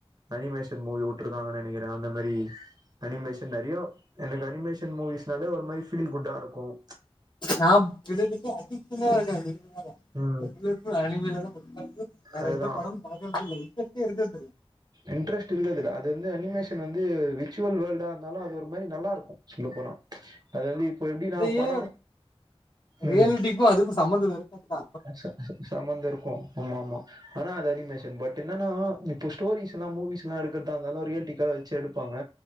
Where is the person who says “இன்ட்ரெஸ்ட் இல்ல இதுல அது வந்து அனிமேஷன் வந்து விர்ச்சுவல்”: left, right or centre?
Right